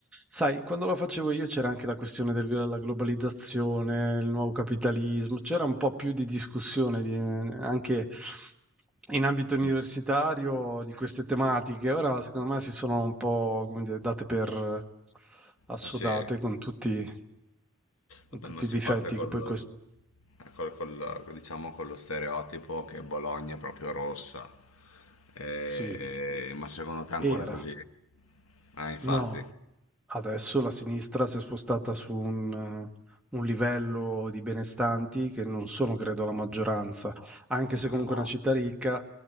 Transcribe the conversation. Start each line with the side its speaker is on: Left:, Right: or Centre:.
Centre: Sai, quando la facevo io c'era anche la questione del- della globalizzazione, il nuovo capitalismo, c'era un po' più di discussione di- anche in ambito universitario
Left: Mm.
Centre: di queste tematiche. Ora, secondo me, si sono un po', come dire, date per assodate
Left: Ma sì.
Centre: con tutti, con
Left: Vabbè,
Centre: tutti
Left: ma si
Centre: i difetti
Left: parte col,
Centre: che poi questo
Left: eh, col- col- diciamo con lo stereotipo che Bologna è proprio rossa. Eh,
Centre: sì,
Left: ma secondo te è ancora
Centre: era.
Left: così? Ah, infatti.
Centre: No, adesso la sinistra si è spostata su un, eh, un livello di benestanti che non sono, credo, la maggioranza, anche se
Left: Ah,
Centre: comunque è una città ricca,